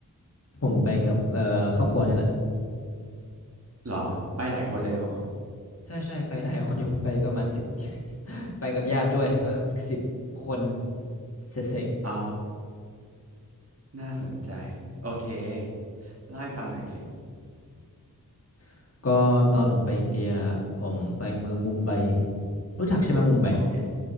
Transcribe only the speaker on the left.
ผมไปกับเอ่อครอบครัวนี่แหละ
ใช่ใช่ไปหลายคนอยู่ <laughs> ไปประมาณสิบ <laughs> ไปกับญาติด้วยก็สิบคนเสร็จ
ๆก็ตอนผมไปอินเดียผมไปเมืองมุมไบรู้จักใช่ไหมมุมไบ